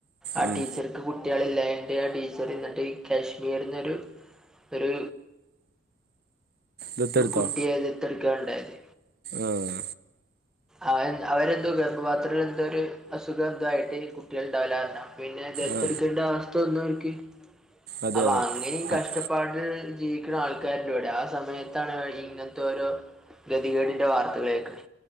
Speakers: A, in the centre; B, on the right.
A: ആടീച്ചർക്ക്
B: ഉം.
A: കുട്ട്യള് ഇല്ലാഞ്ഞിട്ട് ആടീച്ചറ്ന്ന്ട്ട് കാശ്മീർന്നൊരു ഒരു
B: ദത്തെടുത്തോ
A: കുട്ടിയെ ദത് എടുക്കയാണ്‌ണ്ടായത്.
B: ആഹ്
A: ആഹ് അവരെന്തോ, ഗർഭപാത്രമെടുത്തൊരു അസുഖം എന്തോ ആയിട്ടിനികുട്ടികളുണ്ടാവില്ലാന്നോ പിന്നെ ദത്ത്
B: ആ
A: എടുക്കേണ്ട അവസ്ഥ വന്നു അർക്ക്
B: അതെ
A: അപ്പൊ
B: അതെ
A: അങ്ങനെയും കഷ്ട
B: അ-
A: പാടില്, ജീവിക്കുന്ന ആൾക്കാരുണ്ടിവിടെ ആഹ് സമയത്താണ് അവരിങ്ങനത്തെയോരോ ഗതികേടിൻ്റെ വാർത്തകൾ ഏക്കുന്നേ